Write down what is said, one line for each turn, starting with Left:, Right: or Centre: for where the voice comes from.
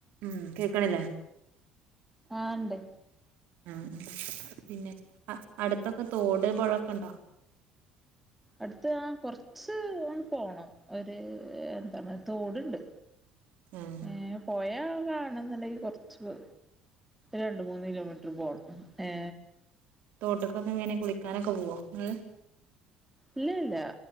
Right: ഉം കേക്കണില്ലേ?
Centre: ആണ്ട്
Right: ഉ പിന്നെ അടുത്തൊക്കെ തോട് പുഴ ഒക്കെ ഉണ്ടോ
Centre: അടുത്ത ആ കൊറച്ച് പോണം ഒരു എന്താണ് തോടുണ്ട്
Right: ഉം
Centre: ഏ പുഴ കാണന്നുണ്ടെങ്കി കൊറച്ച് രണ്ട് മൂന്ന് കിലോമീറ്റർ പോണം ഏ..
Right: തോട്ട്ക്കൊക്കെങ്ങനെ കുളിക്കാനൊക്കെ പോവോ? നിങ്ങള്
Centre: ഇല്ല ഇല്ല